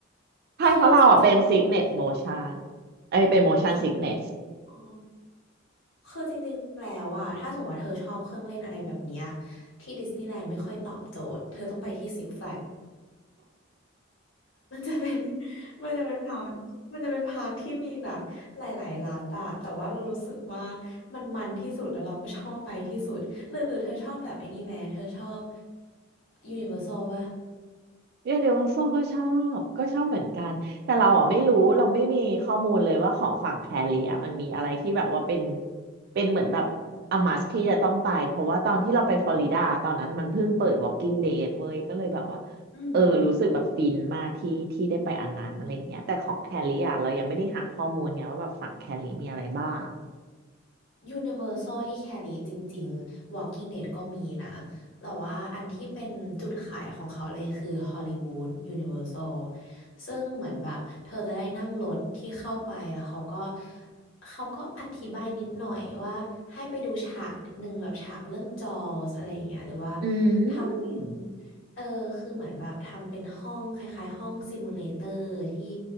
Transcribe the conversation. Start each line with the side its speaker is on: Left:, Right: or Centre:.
Right: ใช่เพราะเราอะเป็นซิกเนสโมชัน
Left: คือจริง
Right: เอ้ยเป็นโมชันซิกเนส
Left: ๆอ๋อ อ๋อ คือจริงๆแล้วอะถ้าสมมติว่าเธอชอบเครื่องเล่นอะไรแบบเนี้ยที่ดิสนีย์แลนด์ไม่ค่อยตอบโจทย์ เธอต้องไปที่ซิกแฟลก <laughs> มันจะเป็น <laughs> มันจะเป็นพาร์คมันจะเป็นพาร์คที่มีแบบหลายๆรัฐอะแต่ว่าเรารู้สึกว่ามันมันที่สุดแล้วเราก็ชอบไปที่สุด หรือหรือเธอชอบแบบไอ้นี่ไหมเธอชอบยูนิเวอร์แซลป่ะ
Right: ยูนิเวอร์แซลก็ชอบก็ชอบเหมือนกันแต่เราอ่ะไม่รู้เราไม่มีข้อมูลเลยว่าของฝั่งแคลิอ่ะมันมีอะไรที่แบบว่าเป็นเป็นเหมือนแบบอามัสที่จะต้องไปเพราะว่าตอนที่เราไปฟลอริดาตอนนั้นมันเพิ่งเปิด Walking Dead เว้ยก็เลยแบบว่า
Left: อืม
Right: เออรู้สึกแบบฟินมากที่ที่ได้ไปอันนั้นอะไรอย่างเงี้ยแต่ของแคลิอ่ะเรายังไม่ได้หาข้อมูลไงว่าแบบฝั่งแคลิมีอะไรบ้าง
Left: ยูนิเวอร์ซลที่แคลิจริงๆ Walking Dead ก็มีนะแต่ว่าอันที่เป็นจุดขายของเขาเลยคือฮอลลีวูดยูนิเวอร์ซลซึ่งเหมือนแบบเธอจะได้นั่งรถที่เข้าไปแล้วเขาก็เขาก็อธิบายนิดหน่อยว่าให้ไปดูฉากนิดนึงแบบฉากเรื่องจอสอะไรอย่างเงี้ยหรือว่า
Right: อื
Left: ทำเป็น
Right: ม <laughs>
Left: เออคือเหมือนแบบทำเป็นห้องคล้ายๆห้องซิมูเลเตอร์ที่